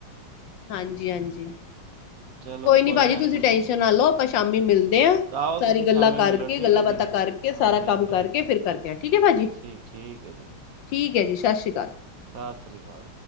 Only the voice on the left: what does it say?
ਹਾਂਜੀ- ਹਾਂਜੀ
ਕੋਈ ਨੀ ਭਾਜੀ
ਤੁਸੀਂ
ਟੈਂਨਸ਼ਨ ਨਾ ਲਓ ਆਪਾਂ ਸ਼ਾਮੀ ਮਿਲਦੇ ਹਾਂ
ਸਾਰੀ
ਗੱਲਾਂ
ਕਰਕੇ,
ਗੱਲਾਂ
ਬਾਤਾਂ ਕਰਕੇ,
ਸਾਰਾ
ਕੰਮ
ਕਰਕੇ
ਫਿਰ ਕਰਦੇ ਆ ਠੀਕ ਹੈ ਭਾਜੀ
ਠੀਕ ਹੈ ਜੀ ਸਤਿ ਸ਼੍ਰੀ ਅਕਾਲ।